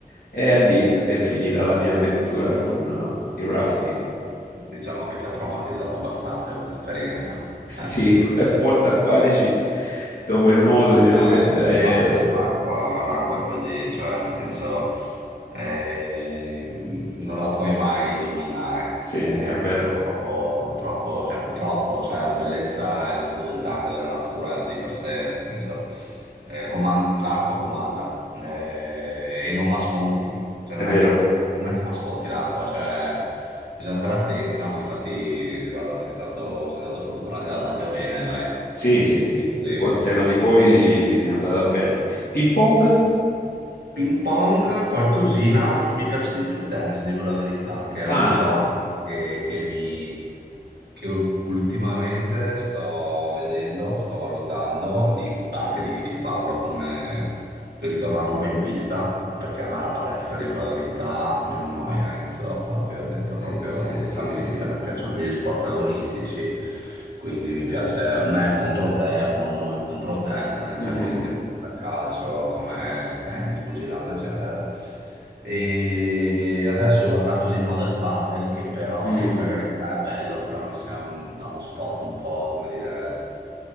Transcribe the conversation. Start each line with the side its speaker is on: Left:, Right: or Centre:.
Left: e a lì s- è finita la mia avventura con eh, il rafting. <laughs>
Right: diciamo che ti ha traumatizzato abbastanza questa esperienza.
Left: Sì,
Right: <laughs>
Left: sport acquatici, dopo il nuoto, diciamo,
Right: Eh,
Left: questa è...
Right: ma la- l'acqua l'acqua è così, cioè nel senso eh, non la puoi mai dominare.
Left: Sì,
Right: Eh,
Left: è vero,
Right: purtroppo, purtroppo, cioè, purtroppo, cioè, la bellezza e la crudeltà anche della natura di per sé, nel senso eh, coman- l'acqua comanda eh, e non fa sconti, cioè,
Left: è
Right: non
Left: vero.
Right: è che, non è che fa sconti l'acqua, cioè, bisogna stare attenti, no? Ma infatti, guarda, sei stato, sei stato fortunato e è andata anche bene, dai.
Left: Sì, sì, sì,
Right: Sì.
Left: col seno di poi mi è andata bene. Ping pong?
Right: Ping pong, qualcosina, mi piace di più il tennis, dico la verità, che è uno
Left: Ah,
Right: Ah, sport, che, che mi, che ul- ultimamente sto vedendo, sto valutando di- anche di, di farlo come per ritornare un po' in pista, perché a me la palestra, dico la verità, mi annoia, Enzo, proprio, ho detto
Left: sì,
Right: proprio
Left: sì,
Right: francamente,
Left: sì, sì.
Right: a me piacciono più gli sport agonistici, quindi mi piace me contro te o noi contro te, tendenzialmente,
Left: Mhm,
Right: per calcio, come tennis, pugilato, eccetera. E e adesso va tanto di moda il paddle, che però,
Left: mhm.
Right: sì, per carità
Left: mm.
Right: è bello, però mi sembra un- no, uno sport un po', come dire,